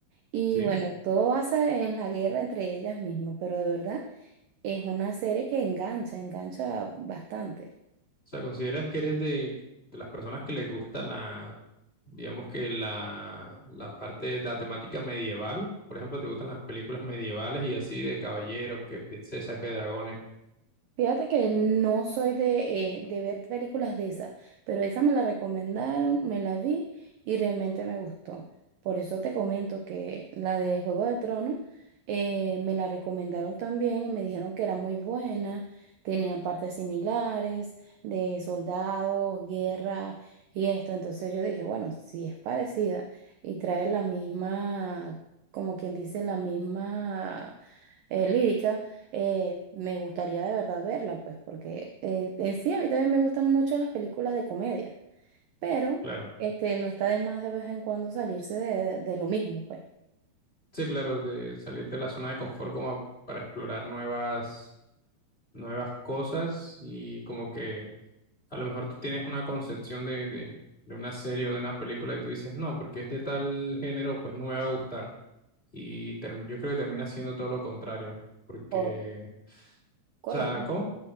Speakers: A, on the right; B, on the left.
A: Y
B: sí.
A: bueno,
B: O
A: todo basa en la guerra entre ellas mismas, pero de verdad es una serie que engancha, engancha bastante.
B: sea, ¿consideras que eres de, de las personas que les gusta la, digamos que la, la parte de la temática medieval? Por ejemplo, ¿te gustan las películas medievales y así de caballeros, que princesas, que dragones?
A: Fíjate que no soy de, eh, de ver películas de esas, pero esa me la recomendaron, me la vi y realmente me gustó. Por eso te comento que la de Juego de Tronos eh, me la recomendaron también y me dijeron que era muy buena, tenía partes similares de soldados, guerra y esto. Entonces yo dije, bueno, si es parecida y trae la misma, como quien dice, la misma eh, lírica eh, me gustaría de verdad verla, pues, porque eh, en sí a mí también me gustan mucho las películas de comedia, pero
B: Claro.
A: este, no está de más de vez en cuando salirse de, de lo mismo, pues.
B: Sí, claro, de salir de la zona de confort como para explorar nuevas, nuevas cosas y como que A lo mejor tú tienes una concepción de, de, de una serie o de una película y tú dices, no, porque es de tal género, pues no me va a gustar. Y term- yo creo que termina siendo todo lo contrario, porque,
A: O- correcto.
B: o sea, ¿cómo?